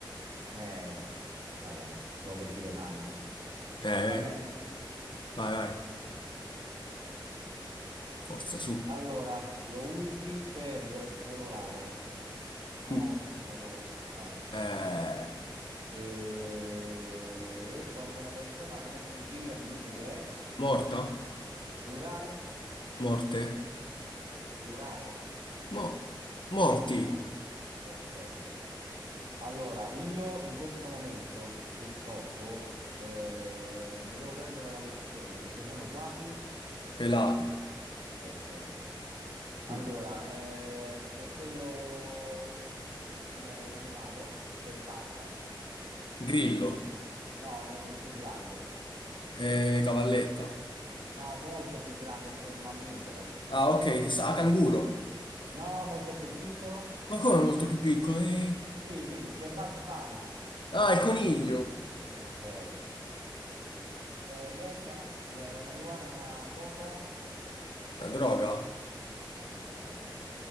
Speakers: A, on the right; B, on the left.
A: Eh, vabbè, stavo per dire Magno.
B: Eh,
A: Tocca a me?
B: vai, vai, forza, su.
A: Allora, lo usi per colorare. No,
B: Mm.
A: ho detto colore, vabbè.
B: Eh,
A: E quando una persona non è più viva si dice che è
B: morta?
A: plurale?
B: Morte?
A: Plurale,
B: Mo- morti?
A: ok. Allora, io in questo momento purtroppo eh, mi devo prendere la lozione perché sono quasi...
B: Pelato.
A: Ok. Allora,
B: Mm.
A: eh, c'è quello... Allora, è un animale che salta.
B: Grillo?
A: No, è un più grande.
B: Eh, cavalletta.
A: No, molto più grande, è proprio un mammifero.
B: Ah, ok, che sa, canguro.
A: No, molto più piccolo.
B: Ma come è molto più piccolo? Eh,
A: Sì, sì, c'è Bugs Bunny.
B: Ah, il coniglio.
A: Ok. Eh, l'erba, la, la marijuana è una cosa?
B: La droga.
A: Eh, no, vabbè,